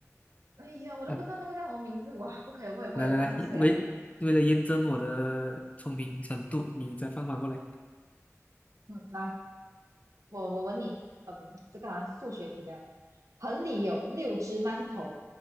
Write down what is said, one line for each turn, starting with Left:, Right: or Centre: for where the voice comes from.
Right: 哎呀，我都不知道那个叫什么名字，
Left: 啊，
Right: 哇，不可以，不可以不可以放水啊，
Left: 来来来，为为了验证我的聪明程度，你再放马过来。
Right: 嗯，来。我我问你，嗯，这个好像数学题这样。盆里有六只馒头，